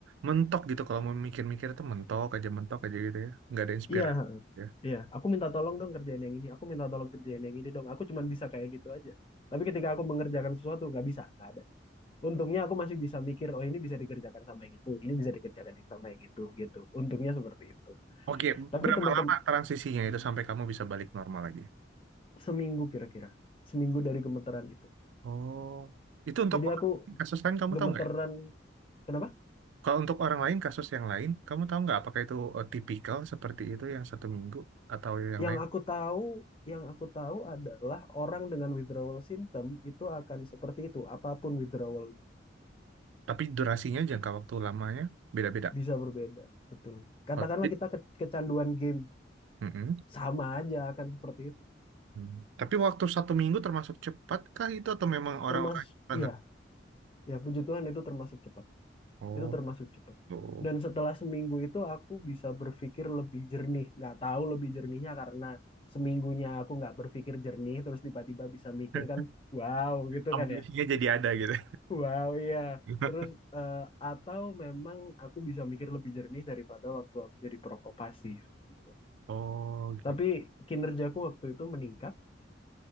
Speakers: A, on the right; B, on the left.
A: mentok gitu kalau mau mikir-mikir itu mentok aja mentok aja gitu ya, nggak ada inspirasi.
B: Iya,
A: ya.
B: Iya, aku minta tolong dong kerjaan yang ini. Aku minta tolong kerjaan yang ini dong. Aku cuman bisa kayak gitu aja. Tapi ketika aku mengerjakan sesuatu, nggak bisa, nggak ada. Untungnya aku masih bisa mikir, oh ini bisa dikerjakan sama yang itu, ini bisa dikerjakan yang sama yang itu, gitu. Untungnya seperti itu.
A: Oke,
B: Tapi
A: berapa
B: teman-teman,
A: lama transisinya itu sampai kamu bisa balik normal lagi?
B: seminggu kira-kira, seminggu dari gemeteran itu.
A: Oh, itu untuk
B: Jadi aku
A: kasus lain kamu
B: gemeteran,
A: tahu nggak? ya?
B: kenapa?
A: Kalau untuk orang lain, kasus yang lain, kamu tahu nggak apakah itu eh, tipikal seperti itu yang satu minggu atau yang
B: Yang
A: lain?
B: aku tahu, yang aku tahu adalah orang dengan withdrawal symptom itu akan seperti itu. Apapun withdrawal
A: Tapi durasinya, jangka waktu lamanya beda-beda.
B: bisa berbeda, betul. Katakanlah
A: Oh, jadi-
B: kita ke- kecanduan game
A: Mm-mm.
B: sama aja akan seperti itu
A: Hmm. Tapi waktu satu minggu termasuk cepat kah itu atau memang orang-orang
B: termasuk
A: yang standar?
B: iya ya puji Tuhan itu termasuk cepat
A: Oh,
B: itu termasuk cepat
A: tuh.
B: dan setelah seminggu itu aku bisa berpikir lebih jernih nggak tahu lebih jernihnya karena seminggunya aku nggak berpikir jernih terus tiba-tiba bisa mikir
A: <laughs>
B: kan wow gitu
A: Amunisinya
B: kan ya
A: jadi ada gitu.
B: wow iya
A: <laughs>
B: terus eh, atau memang aku bisa mikir lebih jernih daripada waktu aku jadi perokok pasif gitu
A: Oh,
B: tapi
A: gitu.
B: kinerjaku waktu itu meningkat